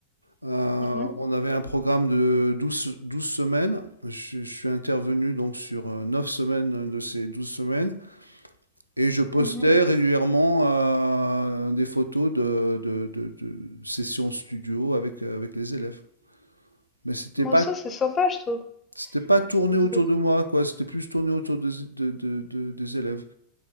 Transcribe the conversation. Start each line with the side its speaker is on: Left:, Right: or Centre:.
Right: Euh,
Left: Mhm,
Right: on avait un programme de douze douze semaines. Je, je suis intervenu donc sur euh, 9 semaines de ces 12 semaines. Et je postais
Left: mhm.
Right: régulièrement euh, des photos de, de, de- de sessions studio avec, euh, avec les élèves. Mais c'était
Left: Bon
Right: pas,
Left: ça c'est sympa je trouve.
Right: c'était pas tourné
Left: C'est
Right: autour
Left: c'est
Right: de moi, quoi. C'était plus tourné autour des, de- de- de- des élèves.